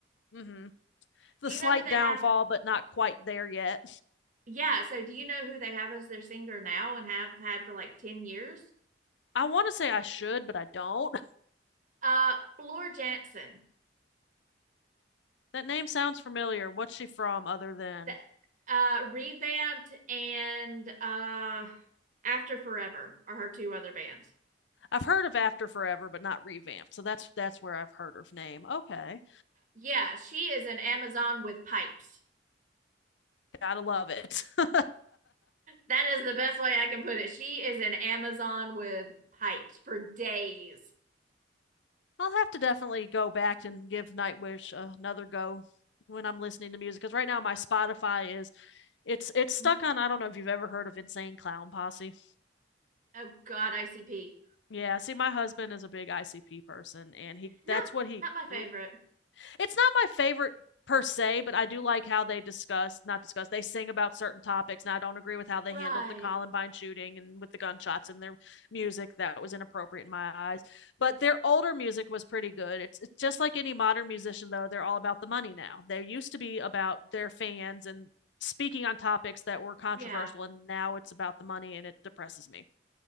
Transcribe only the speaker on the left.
Mm-hmm. The
slight
downfall,
but not quite there yet.
I want to say I should, but I don't. <laughs>
That name sounds familiar. What's she from other than
I've heard of After Forever, but not revamped. So that's that's where I've heard her name. Okay,
gotta love it. <laughs> I'll
have to definitely go back and give Nightwish another go when I'm listening to music because right now my Spotify is It's it's stuck
on I don't know if you've ever heard of Insane Clown Posse.
Yeah, see my husband is a big ICP person and he
that's what he
grew it's not my favorite per se, but I do like how they discuss, not discuss, they sing about certain topics. And I don't agree with how they
handled the Columbine shooting and with the gunshots and their music. That was inappropriate in my eyes. But their older music was pretty good. It's, it's just like any modern musician, though, they're all about the money now. They used to be about their fans and speaking on topics that were controversial
and now it's about the money and it depresses me